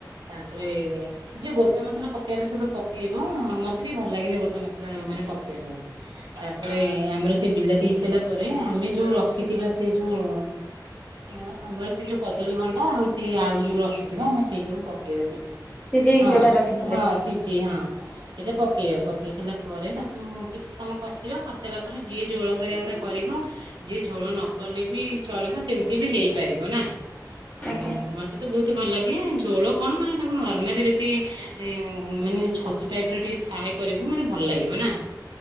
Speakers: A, on the right; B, on the left.
A: ତାପରେ ଯ ଗୋ ଟା ମସଲା ପକେଇବାରଥିବ ପକେଇବ ମତେ ଟିକେ ଭଲ ଲାଗେନି ଗୋଟେ ମସଲା ମାନେ ପକେଇବା ପାଇଁ। ତାପରେ ଆମର ସେ ବିଲାତି ହେଇସାରିଲା ପରେ ଆମେ ଯୋଉ ରଖିଥିବା ସେ ଯୋଉ-ଉ-ଉ ଆମର ସେ ଯୋଉ କଦଳୀ ଭଣ୍ଡା ଆଉ ସେ ଆଳୁ ଯୋଉ ରଖିଥିବା ଆମେ ସେଇଟାକୁ ପକେଇବା ସେଠି
B: ସିଜେଇକି
A: ହଁ
B: ଯୋଉଟା ରଖିଥି
A: ହଁ ସିଝେଇ ହଁ ସେଟା ପକେଇବା ପକେଇ ସାରିଲା ପରେ ତାକୁ କିଛି ସମୟ କଷିବା କଷେଇ ସାରିଲା ପରେ ଯିଏ ଝୋଳ କରିବାଥା କରିବ ଯିଏ ଝୋଳ ନକଲେ ବି ଚଳି ବ ସେମିତି ବି ହେଇପାରିବ ନା। ଆଉ
B: ଆଜ୍ଞା।
A: ମତେ ତ ବହୁତ ଭଲ ଲାଗେ ଝୋଳ କଣ ମାନେ ତାକୁ ନର୍ମାଲ ଯଦି ଏ-ଏ-ଏ ମାନେ ଛତୁ ଟାଇପରେ ଟିକେ ଫ୍ରାଏ କରିବୁ ମାନେ ଭଲ ଲାଗିବ ନା।